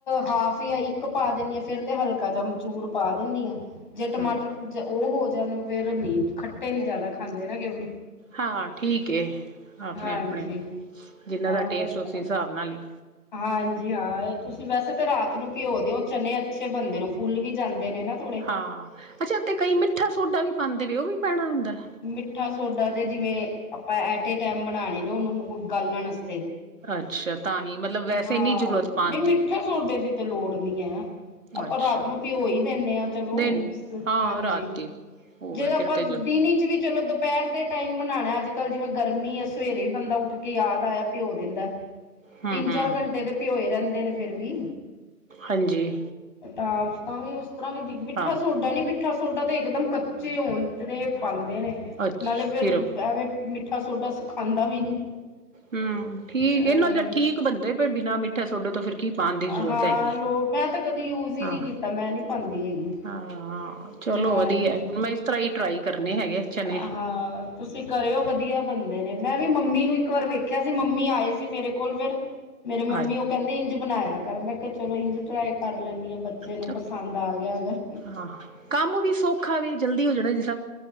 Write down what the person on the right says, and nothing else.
ਹਮ
ਹਾਂ। ਠੀਕ ਐ। ਆਪਣੇ-ਆਪਣੇ,
ਜਿੰਨਾਂ
ਦਾ
ਟੇਸਟ, ਉਸੇ ਹਿਸਾਬ ਨਾਲ ਹੀ।
ਹਾਂ ਅੱਛਾ। ਤੇ ਕਈ, ਮਿੱਠਾ ਸੋਡਾ ਵੀ, ਪਾਉਂਦੇ ਵੇ ਉਹ ਵੀ ਪੈਣਾ ਹੁੰਦਾਂ ਐ?
ਅੱਛਾ ਤਾਂ ਹੀ ਮਤਲਬ ਵੈਸੇ
ਨਹੀਂ ਜ਼ਰੂਰਤ ਪਾਉਣ
ਦੀ
ਅੱਛਾ
ਦਿਨ ਹਾਂ
ਰਾਤੀ ਹੋ
ਗਏ
ਫਿਰ
ਤੇ ਜ
ਹਮ
ਹਮ
ਹਾਂਜੀ।
ਹਾਂ
ਅੱਛ
ਫਿਰ
ਹੂੰ, ਠੀਕ
ਐ। ਜੇ ਠੀਕ ਬਣਦੇ ਪਣੇ ਬਿਨਾਂ ਮਿੱਠਾ ਸੋਡੋ ਤੋਂ। ਕੀ ਪਾਉਣ ਦੀ ਜ਼ਰੂਰਤ
ਹੈਗੀ
ਹਾਂ
ਹਾਂ, ਚਲੋ
ਵਧੀਆ। ਹੁਣ ਮੈਂ ਇਸ ਤਰਾਂ ਹੀ, ਟਰਾਈ ਕਰਨੇ ਹੈਗੇ। ਚਨੇ
ਹਾਂ
ਅੱਛਾ
ਹਾਂ। ਕੰਮ ਵੀ ਸੌਖਾ ਐ। ਜਲਦੀ ਹੋ ਜਾਣਾ ਜਿਸ ਨਾਲ।